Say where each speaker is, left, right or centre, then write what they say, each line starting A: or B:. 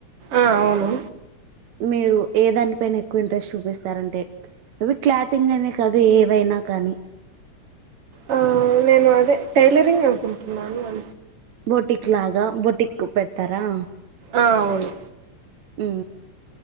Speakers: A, on the right (about 55°); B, on the right (about 70°).
A: ఆ అవును
B: మీరు ఏ దానిపైన ఎక్కువ ఇంట్రెస్ట్ చూపిస్ స్తారంటే అవి క్లాతింగ్ అనే కాదు ఏవైనా కానీ
A: ఆ నేను అదే టైలరింగ్ అనుకుంటున్నాను అ
B: బోటిక్ లాగా బోటిక్ పెడతారా
A: ఆ అవును
B: ఉ